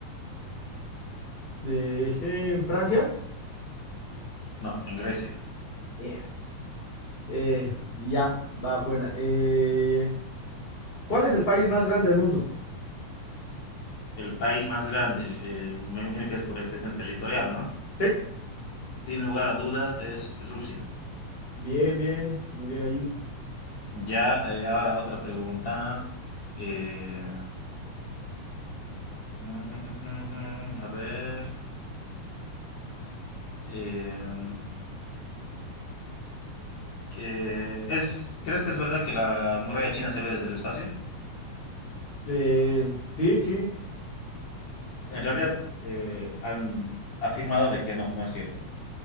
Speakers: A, on the left; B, on the left.
A: De, eh, en Francia.
B: No, en Grecia.
A: Miércoles. Eh, ya, va, buena. Eh, ¿cuál es el país más grande del mundo?
B: el país más grande, eh, me imagino que es por extensión territorial, ¿no?
A: Sí,
B: Sin lugar a dudas es Rusia.
A: bien, bien, muy bien ahí.
B: Ya, eh, ahora otra pregunta. eh, <laughs> a ver. eh, eh, es, ¿crees que es verdad que la muralla china se ve desde el espacio?
A: Eh, sí, sí.
B: En realidad eh, han afirmado de que no, no es cierto.